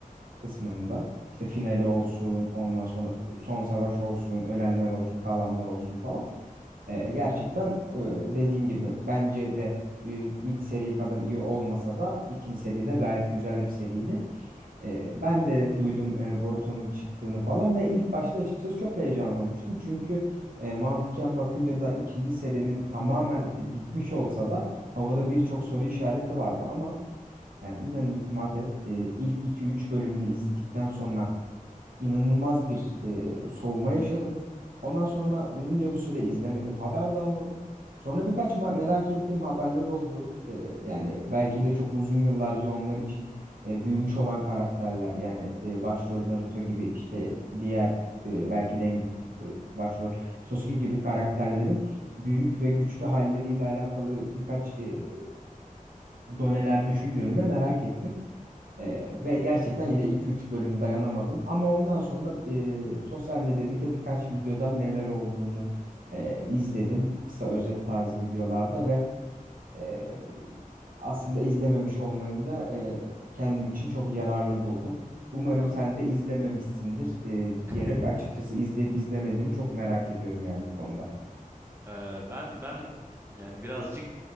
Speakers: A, on the right; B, on the right.
A: kısmında işte finali olsun, ondan sonra son savaş olsun, ölenler olsun, kalanlar olsun falan. E, gerçekten e, dediğin gibi bence de e, ilk seri kadar iyi olmasa da ikinci seri de gayet güzel bir seriydi. E, ben de duydum e, Boruto'nun çıktığını falan ve ilk başta açıkçası çok heyecanlanmıştım. Çünkü e, mantıken bakınca da ikinci serinin tamamen bitmiş olsa da havada birçok soru işareti vardı ama yani inan itimat et. E, ilk iki üç bölümünü izledikten sonra inanılmaz bir e, soğuma yaşadım. Ondan sonra uzunca bir süre izlemedim. Haber de almadım. Sonra birkaç ma- merak ettiğim haberler oldu. E, yani belki de çok uzun yıllarca onlar için e, büyümüş olan karakterler. Yani e, başrol Naruto gibi işte diğer e, belki de en büyük e, başrol Sasuke gibi karakterlerin büyük ve güçlü halleriyle alakalı birkaç e, doneler düşünce önüme merak ettim. Ee, ve gerçekten yine iki üç bölüm dayanamadım. Ama ondan sonra e, sosyal medyadaki birkaç videodan neler olduğunu e, izledim. Kısa özet tarzı videolarda ve e, aslında izlememiş olmayı da e, kendim için çok yararlı buldum. Umarım
B: Anladım.
A: sen de izlememişsindir e,
B: <laughs>
A: diyerek açıkçası izleyip izlemediğini çok merak ediyorum yani bu konuda.
B: Ee, ben ben yani birazcık